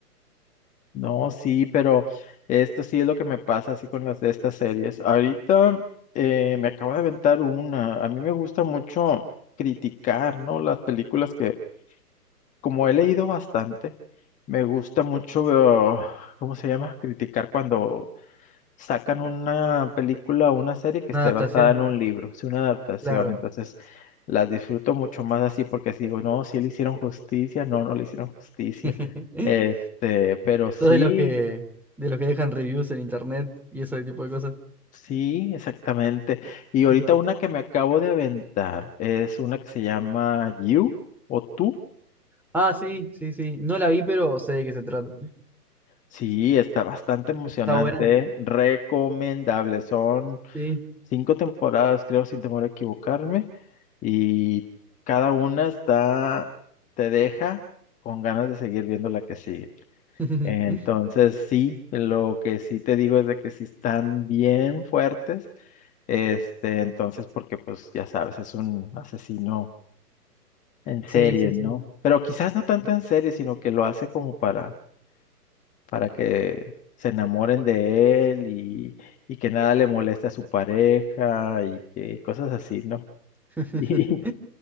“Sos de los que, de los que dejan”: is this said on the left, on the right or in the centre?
Centre